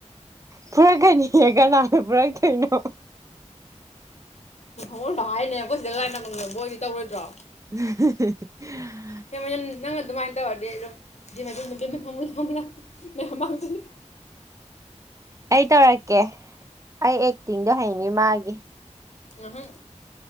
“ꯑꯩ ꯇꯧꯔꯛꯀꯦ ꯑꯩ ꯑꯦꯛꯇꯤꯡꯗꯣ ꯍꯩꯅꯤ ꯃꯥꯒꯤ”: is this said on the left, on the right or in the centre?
Right